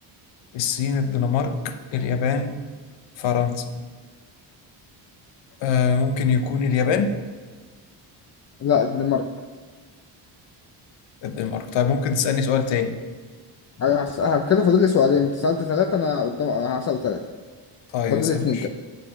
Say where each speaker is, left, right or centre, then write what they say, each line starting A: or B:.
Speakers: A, on the left; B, on the left.
A: الصين الدنمارك اليابان فرنسا آه ممكن يكون اليابان
B: لا الدنمارك
A: الدنمارك طيب ممكن تسألني سؤال تاني
B: ايوه هس- آه، كده فاضل لي سؤالين انت سألت ثلاثة انا قدام آه، هسأل ثلاثة
A: طيب
B: فاضل
A: اسأل
B: لي اتنين
A: مش
B: كده